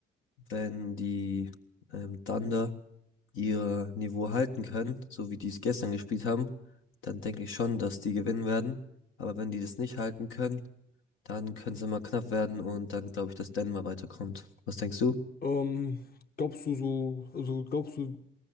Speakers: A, on the left; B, on the left.
A: wenn die ähm, Thunder ihr Niveau halten können, so wie die es gestern gespielt haben, dann denke ich schon, dass die gewinnen werden. Aber wenn die das nicht halten können, dann können es immer knapp werden und dann glaube ich, dass Denver weiterkommt. Was denkst du?
B: Ähm, glaubst du so, also glaubst du,